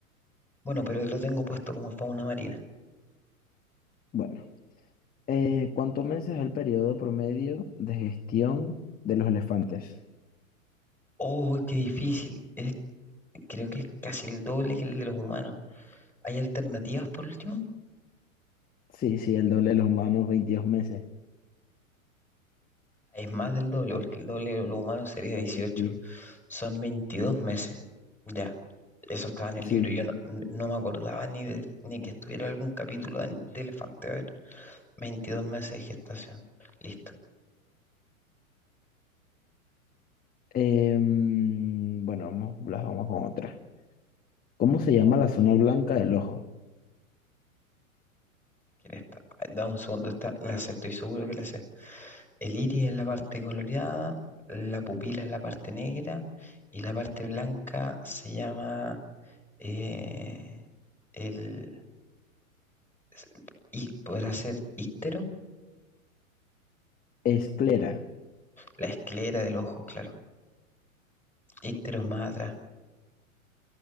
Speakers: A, in the centre; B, on the left.
A: Bueno, pero lo tengo puesto como fauna marina.
B: Bueno. Eh, ¿cuántos meses es el periodo promedio de gestión de los elefantes?
A: Oh, qué difícil. Es- creo que es casi el doble que el de los humanos. ¿Hay alternativas por último?
B: Sí, sí, el doble de los humanos, veintidós meses.
A: Es más del doble, porque el doble de los humanos sería 18.
B: Doble, sí,
A: Son 22
B: sí.
A: meses. Ya, eso estaba en el
B: Sí.
A: libro. Yo no, n- no me acordaba ni, de- ni que estuviera algún capítulo de, de Elefante. A ver, 22 meses de gestación. Listo.
B: Em, bueno, vamos, las vamos con otra. ¿Cómo se llama la zona blanca del ojo?
A: quién está. Ay, Da un segundo. está la sé, estoy seguro que la sé. El iris es la parte coloreada, la pupila es la parte negra y la parte blanca se llama eh, el, s- y podrá ser íctero,
B: Esclera.
A: la esclera del ojo, claro. Íctero es más atrás,